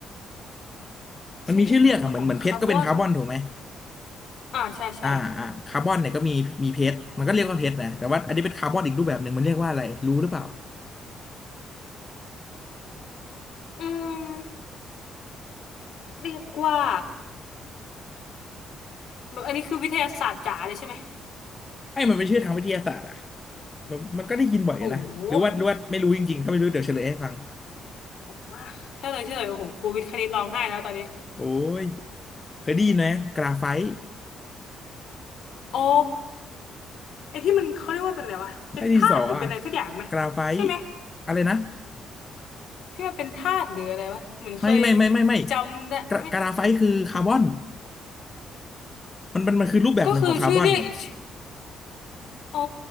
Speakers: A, on the left (about 25°); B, on the left (about 65°).
A: มันมีชื่อเรียกอะเหมือนเหมือนเพชรก็เป็นคาร์บอนถูกไหม
B: ชนิดหนึ่งของคาร์บอนอ่าใช่ใช่
A: อ่าอ่าคาร์บอนเนี่ยก็มีมีเพชรมันก็เรียกว่าเพชรนะแต่ว่าอันนี้เป็นคาร์บอนอีกรูปแบบหนึ่งมันเรียกว่าอะไรรู้หรือเปล่า
B: อืมเรียกว่าแบบอันนี้คือวิทยาศาสตร์จ๋าเลยใช่ไหม
A: ไอ้ยมันเป็นชื่อทางวิทยาศาสตร์อะมันมันก็ได้ยินบ่อยอยู่นะหรือว่าหรือว่าไม่รู้จริงๆถ้าไม่รู้เดี๋ยวเฉลยให้ฟัง
B: โหโอ้มากใช่เลยใช่เลยโอ้โหครูวิทย์คณิตร้องไห้แล้วตอนนี้
A: โอ้ยเคยได้ยินไหมกราไฟต์
B: อ๋อไอ้ที่มันเขาเรียกว่าเป็นอะไรวะเป็นธาตุหรือเป็นอะไรสักอย่างไหม
A: ไส้ดินสออะกราไฟต์
B: ใช่ไหม
A: อะไรนะ
B: ที่มันเป็นธาตุหรืออะไรวะเหมือนเคย
A: ไม่ไม่ไม่ไม่ไม่
B: จำได้ไม่
A: กรากราไฟต์คือคาร์บอน มันมันมันคือรูปแบบหนึ่งของคาร์บอน
B: ก็คือชื่อเรียกอีกชื่ออ๋อ